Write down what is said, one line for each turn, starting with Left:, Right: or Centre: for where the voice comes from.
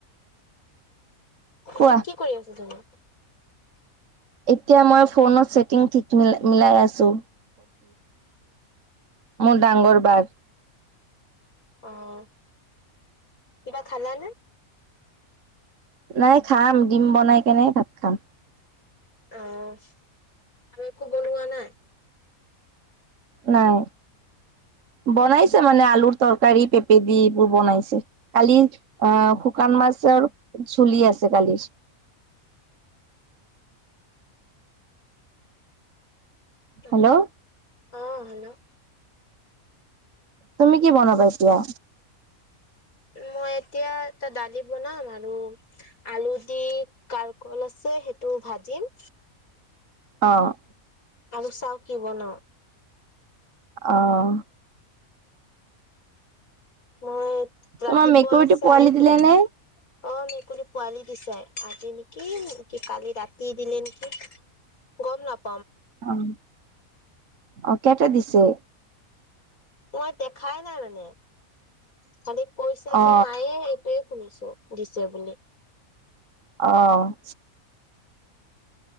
Left: এয়া
Right: কোৱা
Left: কি কৰি আছে জানো।
Right: এতিয়া মই ফোনত ছেটিং ঠিক মিলাই আছো
Left: <unintelligible>
Right: মোৰ ডাঙৰ বাৰ,
Left: অহ কিবা খালা নে?
Right: নাই খাম দিম বনাই কেনে ভাত খাম।
Left: অ' আৰু একো বনোৱা নাই।
Right: নাই
Left: <unintelligible>
Right: বনাইছে মানে আলুৰ তৰকাৰী পেপেদি এইবোৰ বনাইছে কালি অ, শুকান মাছ তেওঁৰ চুলি আছে কালি।
Left: <inaudible> অ
Right: হেল্ল',
Left: অ, হেল্ল',
Right: তুমি কি বনাবা এতিয়া?
Left: মই এতিয়া এটা দালি বনাম আৰু আলু দি কাৰকল আছে সেইটো ভাজিম।
Right: অ',
Left: আৰু চাও কি বনাও।
Right: অহ',
Left: মই ৰাতিপুৱা
Right: তোমাৰ মেকুৰীটো
Left: চাহয়ে
Right: পোৱালি
Left: খালো
Right: দিলে
Left: অ,
Right: নে?
Left: মেকুৰী পোৱালি দিছে আ আজি নেকি -নেকি কালি ৰাতি দিলে নেকি গম নাপ
Right: অ', অ', কেইটা দিছে?
Left: মই দেখাই নাই মানে খালি কৈছে যে
Right: অ
Left: মায়ে এইটোৱে শুনিছো দিছে বুলি।
Right: অ',